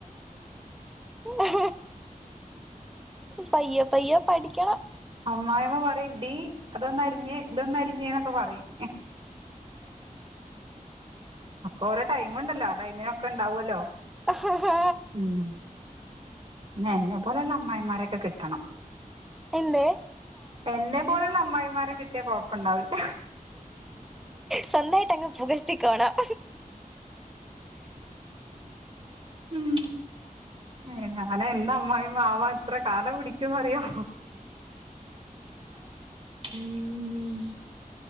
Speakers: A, in the centre; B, on the right.
A: ഉ പയ്യ പയ്യ പഠിക്കണം
B: അമ്മായിമ്മ പറയും ടീ അതൊന്ന് അരിഞ്ഞേ ഇതൊന്ന് അരിഞ്ഞേ ന്നൊക്കെ പറയും ഒക്കെ ഓരോടൈ മ്ണ്ടല്ലോ ടൈമിനൊക്കെ ഉണ്ടാവൊല്ലോ
A: ആഹ് ഹാ
B: ഉം എന്നെ പോലെയുള്ള അമ്മായിമാരൊക്കെ കിട്ടണം
A: എന്തെ
B: എന്നെ പോലുള്ള അമ്മായിമാരെ കിട്ടിയ കുഴപ്പം ഉണ്ടാവില്ല
A: സ്വന്തം ആയിട്ട് അങ് പുകഴ്ത്തിക്കോണം
B: ഉം ഉം ഞൻ എന്ന് അമ്മായിയമ്മ ആവാൻ ഇത്ര കാലം പിടിക്ക റിയോ ഉം